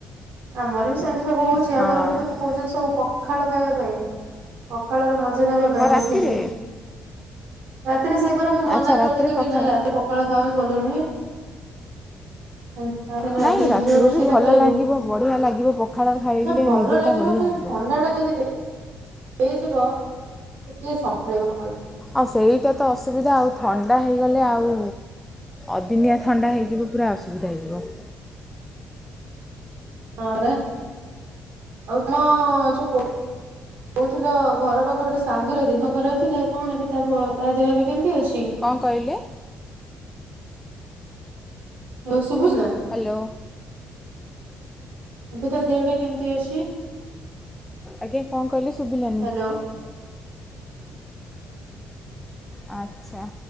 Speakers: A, on the right; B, in the centre.
A: ଆମର ବି ସେମିତି ସବୁ ହଉଛି
B: ହଁ
A: ଆମର
B: ଆଉ
A: କିନ୍ତୁ କହୁଛନ୍ତି ସବୁ ପଖାଳ ଖାଇବା ପାଇଁ ପଖାଳ ର ମଜା ନେବା ପାଇଁ ବସିକି।
B: ରାତିରେ
A: ରାତିରେ ସେଇପରା ମୁଁ ମନା
B: ଆଚ୍ଛା
A: କରିଦେଲି
B: ରାତିରେ
A: ମୁଁ
B: ପଖାଳ
A: କହିଲି ନା ରାତି ପଖାଳ ଖାଅନି ଭଲ ନୁହେଁ। ହଉ ତା ଦିନ ରାତିରେ
B: ନାଇଁ
A: କିନ୍ତୁ ରୁଟି
B: ବି ଭଲ
A: ଟା ଖାଇବୁ
B: ଲାଗିବ ବଢ଼ିଆ ଲାଗିବ ପଖାଳ ଖାଇଲେ
A: ନା ଭଲ
B: ନିଦଟା
A: ଲାଗିବ
B: ବଢ଼ିଆ
A: କିନ୍ତୁ
B: ହେବ
A: ଥଣ୍ଡା ଥଣ୍ଡା ଯଦି ହେଇ ହେଇଯିବ ଟିକିଏ ସମ୍ଭାଳିବ <unintelligible>
B: ଆଉ ସେଇଟା ତ ଅସୁବିଧା ଆଉ ଥଣ୍ଡା ହେଇଗଲେ ଆଉ ଅଦିନିଆ ଥଣ୍ଡା ହେଇ ପୁରା ଅସୁବିଧା ହେଇଯିବ ହୁଁ।
A: ହଁ ପରା ଆଉ ତମ ଛୋକୋ କୋଉଥିଲ ଘର ପାଖ ଗୋଟେ ସାଙ୍ଗର ଦେହ ଖରାପ ଥିଲା କଣ ଏବେ ତା ପ ତା ଦେହ ଏବେ କେମିତି ଅଛି?
B: କଣ କହିଲେ?
A: ଆଉ ଶୁବୁଚି ନା?
B: ହ୍ୟାଲୋ।
A: ଏବେ ତା ଦେହଟା କେମିତି ଅଛି?
B: ଆଜ୍ଞା କଣ କହିଲେ ଶୁଭିଲାନି?
A: ହ୍ୟାଲୋ।
B: ଆଚ୍ଛା।